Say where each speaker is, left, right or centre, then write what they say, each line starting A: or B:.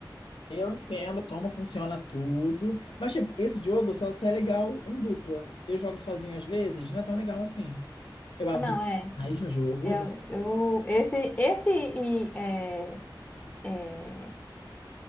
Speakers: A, on the left; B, on the left.
A: Eu entendo como funciona tudo, mas tipo, esse jogo só, só é legal em dupla. Eu jogo sozinho às vezes, não é tão legal assim. Eu avanço
B: Ah, Não, é.
A: mais no jogo,
B: Eu,
A: eu vou.
B: eu- esse esse e, é, é,